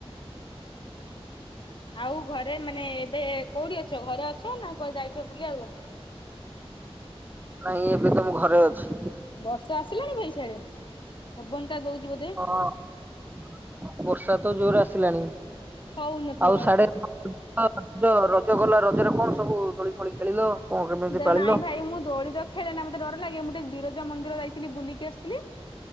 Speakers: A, on the left; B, on the right.
A: ଆଉ ଘରେ ମାନେ ଏବେ କୋଉଠି ଅଛ? ଘରେ ଅଛ ନା କୁଆଡେ ଯାଇଛ ବୁଲିବାକୁ?
B: ନାଇଁ ଏବେ ତ ମୁଁ ଘରେ ଅଛି।
A: ବର୍ଷା ଆସିଲାଣି ଭାଇ ସିଆଡେ? ପବନ ଟା ଦଉଛି ବୋଧେ
B: ହଁ ବର୍ଷା ତ ଜୋର ଆସିଲାଣି।
A: ହଉନଥିବ
B: ଆଉ ସାଢ଼େ <unintelligible> ରଜ ଗଲା, ରଜରେ କଣ ସବୁ ଦୋଳି ଫୋଳି ଖେଳିଲ? କଣ କେମିତି
A: ଦେ
B: ପାଳିଲ?
A: ନାଇଁ ଭାଇ ମୁଁ ଦୋଳି ତ ଖେଳେ ନା ମତେ ଡର ଲାଗେ, ମୁଁ ଟିକେ ବିରଜା ମନ୍ଦିର ଯାଇଥିଲି ବୁଲିକି ଆସିଥିଲି।